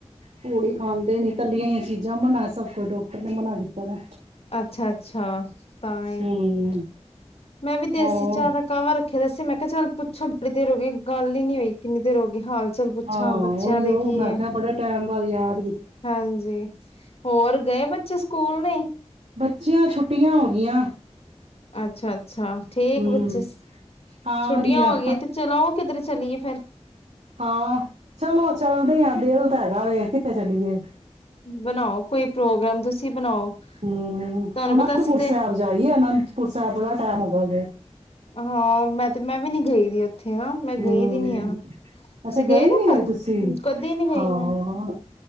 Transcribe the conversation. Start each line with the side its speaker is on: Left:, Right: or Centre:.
Right: ਪੂੜੀ ਖਾਂਦੇ ਨੀ ਤੱਲੀਆਂ ਦੀਆਂ ਚੀਜ਼ਾਂ ਮਨਾ ਸਭ ਕੁਝ ਡਾਕਟਰ ਨੇ ਮਨਾ ਕੀਤਾ ਨਾ।
Left: ਅੱਛਾ ਅੱਛਾ ਤਾਂ ਹੀ
Right: ਹੂੰ
Left: ਮੈਂ ਵੀ ਦੇਸੀ
Right: ਹੋਰ
Left: ਚਾਹ ਦਾ ਕਾਹਵਾ ਰੱਖ ਆਖਿਆ ਦੱਸਸੀ ਮੈਂ ਕਿਹਾ ਚੱਲ ਪੁੱਛੋ ਬੜੀ ਦੇਰ ਹੋ ਗਈ ਗੱਲ ਹੀ ਨੀ ਹੋਈ ਕਿੰਨੀ ਦੇਰ ਹੋ ਗਈ ਹਾਲ ਚਾਲ ਪੁੱਛਾਂ
Right: ਹਾਂ
Left: ਬੱਚਿਆਂ
Right: ਉਹੀ
Left: ਦੇ
Right: ਉਹ
Left: ਕੀ
Right: ਮੈਂ
Left: ਹੈ
Right: ਕਿਹਾਿਆ ਬੜੇ ਟੈਮ ਪਾ ਯਾਰ
Left: ਹਾਂਜੀ ਹੋਰ ਗਏ ਬੱਚੇ ਸਕੂਲ ਨੀ
Right: ਬੱਚੀਆਂ ਛੁੱਟੀਆਂ ਹੋ ਗਈਆਂ
Left: ਅੱਛਾ ਅੱਛਾ ਠੀਕ
Right: ਹੂੰ
Left: ਬੱਚੇ ਸ
Right: ਹਾਂ
Left: ਛੁੱਟੀਆਂ
Right: ਵਧੀਆ
Left: ਹੋ ਗਈਆਂ ਤੇ ਚਲੋ ਕਿਧਰੇ ਚਲੀਏ ਫੇਿਰ
Right: ਹਾਂ ਚਲੋ ਚੱਲਦੇ ਹਾਂ ਦਿਲ ਹੈਗਾ ਵੇ ਕਿਥੇ ਚੱਲੀਏ
Left: ਬਣਾਓ ਕੋਈ ਪ੍ਰੋਗਰਾਮ ਤੁਸੀਂ ਬਣਾਓ
Right: ਹਮ
Left: ਤੁਹਾਨੂੰ
Right: ਅਨੰਦਪੁਰ
Left: ਪਤਾ ਅਸੀਂ ਤੇ
Right: ਸਾਹਿਬ ਜਾਈਏ ਅਨੰਦਪੁਰ ਸਾਹਿਬ ਬੜਾ ਟਾਈਮ ਹੋਗਾ
Left: ਹਾਂ ਮੈਂ ਤੇ ਮੈਂ ਵੀ ਨੀ ਗਈ ਵੀ ਉੱਥੇ ਨਾ ਮੈਂ
Right: ਹਮ
Left: ਗਈ ਦੀ ਨੀ ਆ ਤੁਸੀਂ
Right: ਅੱਛਾ ਗਏ
Left: ਨਾ
Right: ਨੀ
Left: ਕੱਲ
Right: ਹੋਏ ਤੁਸੀਂ
Left: ਕਦੇ ਨੀ ਗਈ
Right: ਹਾਂ
Left: ਮੈਂ